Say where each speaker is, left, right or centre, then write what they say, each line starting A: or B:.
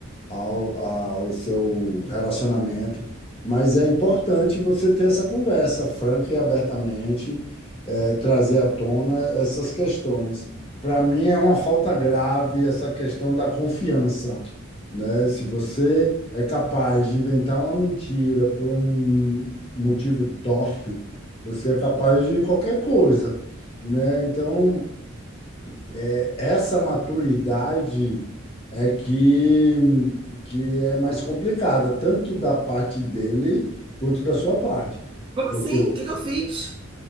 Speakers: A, on the left; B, on the right.
A: ao, ao seu relacionamento. Mas é importante você ter essa conversa franca e abertamente, eh, trazer à tona essas questões. Para mim, é uma falta grave essa questão da confiança, né? Se você é capaz de inventar uma mentira por um motivo torpe você é capaz de qualquer coisa, né? Então, é, essa maturidade é que, que é mais complicada, tanto da parte dele quanto da sua parte.
B: Como
A: Porque
B: assim? O que que eu fiz?